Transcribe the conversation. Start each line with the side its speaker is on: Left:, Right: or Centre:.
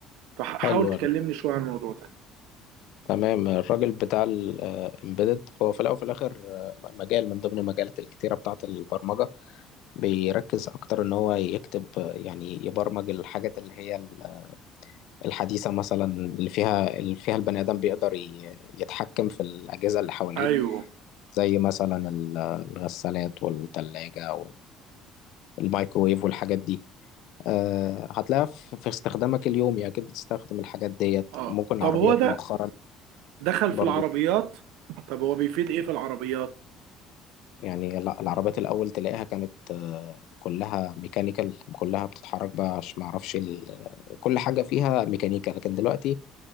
Right: فحاول
Left: حلو
Right: تكلمني شوية عن الموضوع ده
Left: تمام الراجل بتاع الامبيدد هو في الاول وفي الاخر آه، مجال من ضمن المجالات الكتيره بتاعه البرمجه بيركز اكتر ان هو يكتب آه، يعني يبرمج الحاجات اللي هي ال- الحديثه مثلا اللي فيها اللي فيها البني ادم بيقدر ي- يتحكم في الاجهزه اللي حواليه
Right: ايوه
Left: زي مثلا ال- الغسالات والثلاجه والمايكرويف والحاجات دي آه، هتلاقيها في في استخدامك اليومي اكيد بتستخدم الحاجات ديت
Right: اه
Left: ممكن العربيات
Right: طب هو ده
Left: مؤخرا
Right: دخل
Left: برضو
Right: في العربيات طب هو بيفيد ايه في العربيات
Left: يعني لا العربيات الأول تلاقيها كانت آه، كلها ميكانيكال كلها بتتحرك بقى عشان معرفش ال- كل حاجة فيها ميكانيكا لكن دلوقتي